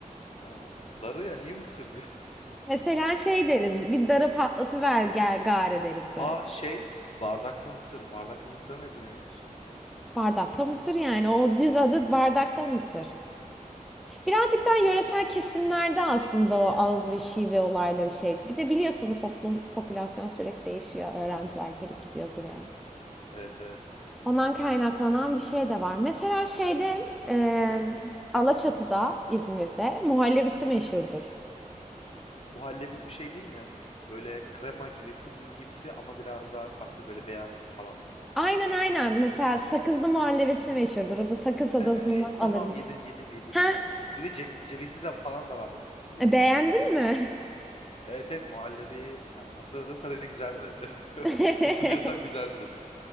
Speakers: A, on the left; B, in the centre.
A: Aa, darı ya niye mısır diyor.
B: Mesela şey deriz, bir darı patlatıver gel gari deriz böyle.
A: Aa şey bardakta mısır. Bardakta mısıra ne deniyoruz?
B: Bardakta mısır yani. O düz adı bardakta mısır. Birazcık daha yöresel kesimlerde aslında o ağız ve şive olayları şey. Bir de biliyorsun toplum, popülasyon sürekli değişiyor. Öğrenciler gelip gidiyor buraya.
A: Evet evet.
B: Ondan kaynaklanan bir şey de var. Mesela şeyde eee Alaçatı'da, İzmir'de muhallebisi meşhurdur.
A: Muhallebi bu şey değil mi? Böyle krema gibi pudingimsi ama biraz daha farklı böyle beyaz falan.
B: Aynen aynen.
A: O
B: Mesela
A: muydu?
B: Sakızlı muhallebisi meşhurdur. O da Sakız Adası'ndan
A: Evet
B: alırmış.
A: tamam yedim yedim yedim
B: Heh,
A: yedim. Bir de ce- cevizli de falan da vardı. Cevizli
B: beğendin
A: miydi?
B: mi?
A: Evet evet muhallebi yani hatırladığım kadarıyla güzeldi. <laughs>
B: <laughs>
A: Hatırlıyorsam güzeldi.